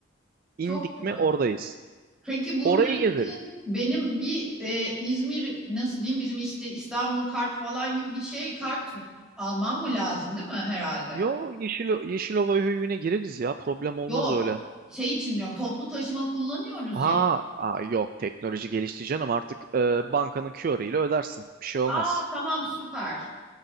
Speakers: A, on the right (about 45°); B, in the centre.
A: İndik
B: Çok güzel.
A: mi oradayız.
B: Peki bunlar
A: Orayı gezeriz.
B: için benim bir e, İzmir nasıl diyeyim bizim işte İstanbul kart falan gibi bir şey kart almam mı lazım değil mi herhalde?
A: Yo Yeşil Yeşilova höyüğüne gireriz ya. Problem olmaz
B: Yok
A: öyle.
B: şey için diyorum toplu taşıma kullanıyoruz
A: Ha,
B: ya.
A: aa, yok teknoloji gelişti canım artık e, bankanın QR ile ödersin. Bir şey olmaz.
B: Aa tamam süper.